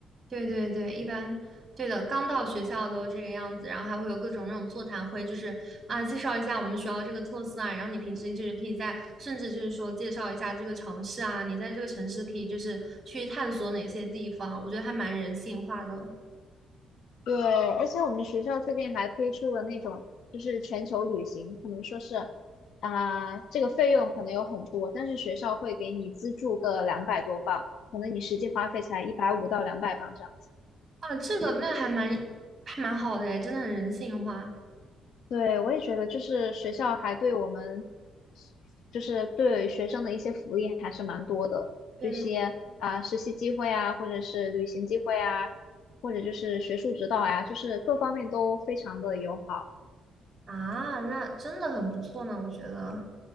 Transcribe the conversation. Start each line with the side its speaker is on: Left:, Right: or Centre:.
Right: 对对对对，一般对的，刚到学校都这个样子，然后还会有各种那种座谈会，就是啊，介绍一下我们学校这个特色啊，然后你平时就是可以在，甚至就是说介绍一下这个城市啊，你在这个城市可以就是去探索哪些地方，我觉得还蛮人性化的
Left: 对，而且我们学校最近还推出了那种，就是全球旅行，可能说是啊、这个费用可能有很多，但是学校会给你资助个两百多镑，可能你实际花费才一百五到两百镑这样子。
Right: 啊，这个那还蛮还蛮好的诶，真的很人性化。
Left: 对，我也觉得，就是学校还对我们，就是对学生的一些福利还是蛮多的，
Right: 对对。
Left: 这些啊、实习机会啊，或者是旅行机会啊，或者就是学术指导呀，就是各方面都非常的友好。
Right: 啊，那真的很不错呢，我觉得。